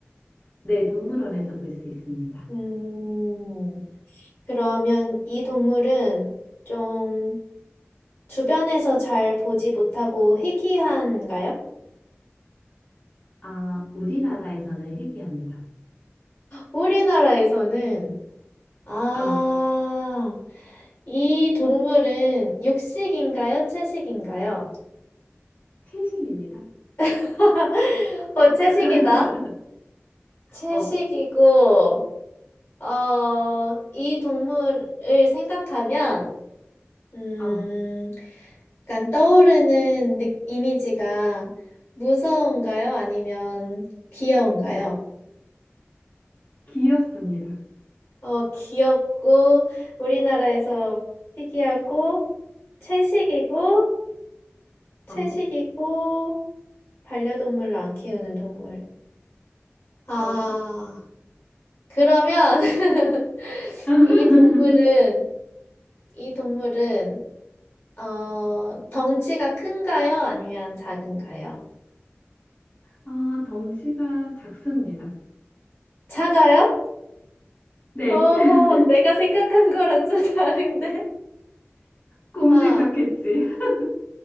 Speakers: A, on the left; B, on the left.
A: 네, 동물원에서 볼 수 있습니다.
B: 음, 그러면 이 동물은 좀 주변에서 잘 보지 못하고 희귀한가요?
A: 아, 우리나라에서는 희귀합니다.
B: 우리나라에서는, 아,
A: 아,
B: 이 동물은 육식인가요? 채식인가요?
A: 채식입니다.
B: <laughs> 어, 채식이다.
A: <laughs>
B: 채식이고,
A: 어,
B: 어, 이 동물을 생각하면 음,
A: 어,
B: 약간 떠오르는 느- 이미지가 무서운가요? 아니면 귀여운가요?
A: 귀엽습니다.
B: 어, 귀엽고, 우리나라에서 희귀하고, 채식이고, 채식이고,
A: 어,
B: 반려동물로 안 키우는 동물. 아,
A: 어.
B: 그러면 <laughs>
A: <laughs>
B: 이 동물은, 이 동물은, 어, 덩치가 큰가요? 아니면 작은가요?
A: 아, 덩치가 작습니다.
B: 작아요?
A: 네,
B: 어허,
A: <laughs>
B: 내가 생각한 거랑 좀 <laughs> 다른데?
A: 곰
B: 아,
A: 생각했지. <laughs>